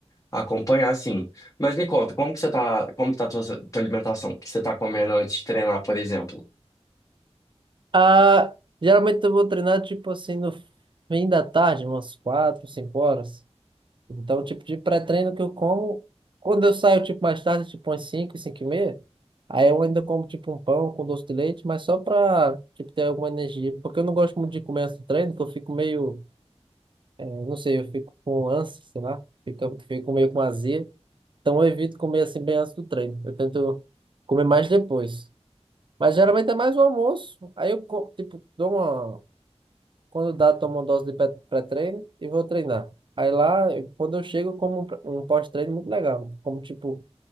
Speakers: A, on the left; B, on the right.
A: Acompanhar, sim. Mas me conta, como que você tá, como que tá a tua, tua alimentação? O que você tá comendo antes de treinar, por exemplo?
B: Ah, geralmente eu vou treinar, tipo assim, no fim da tarde, umas quatro, cinco horas. Então, tipo, de pré-treino que eu como, quando eu saio, tipo, mais tarde, tipo, umas cinco, cinco e meia, aí eu ainda como, tipo, um pão com doce de leite, mas só pra, tipo, ter alguma energia. Porque eu não gosto muito de comer antes do treino, porque eu fico meio Eu não sei, eu fico com ânsia, sei lá, fico, fico meio com azia. Então eu evito comer assim bem antes do treino. Eu tento comer mais depois. Mas geralmente é mais o almoço. Aí eu, co- tipo, dou uma. Quando dá, tomo uma dose de pré- pré-treino e vou treinar. Aí lá, eu- quando eu chego, eu como um pré- um pós-treino muito legal. Como, tipo,